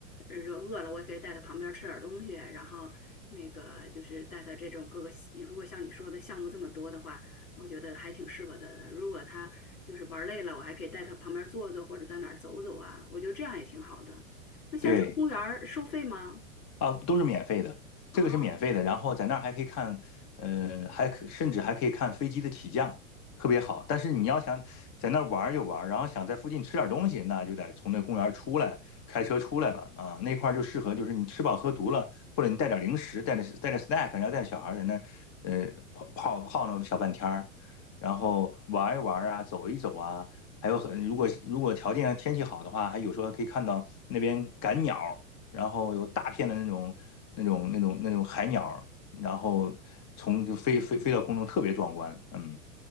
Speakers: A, on the left (about 90°); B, on the left (about 40°).
A: 呃饿了我也可以带他旁边儿吃点儿东西，然后那个就是带他这种各个，如果像你说的项目这么多的话，我觉得还挺适合他的。如果他就是玩儿累了，我还可以带他旁边儿坐坐或者在哪儿走走啊，我觉得这样也挺好的。那像这个公园儿收费吗？
B: 对。啊，都是免费的，这个是免费的。
A: 哦。
B: 然后在那儿还可以看，呃，还可甚至还可以看飞机的起降，特别好。但是你要想在那儿玩儿就玩儿，然后想在附近吃点儿东西，那就得从那公园儿出来，开车出来了啊。那块儿就适合，就是你吃饱喝足了，或者你带点儿零食，带着带着 snack，然后带着小孩儿在那儿，呃，泡泡泡那么小半天儿，然后玩一玩儿啊，走一走啊。还有很，如果如果条件天气好的话，还有时候可以看到那边赶鸟，然后有大片的那种那种那种那种海鸟，然后从飞飞飞到空中，特别壮观。嗯，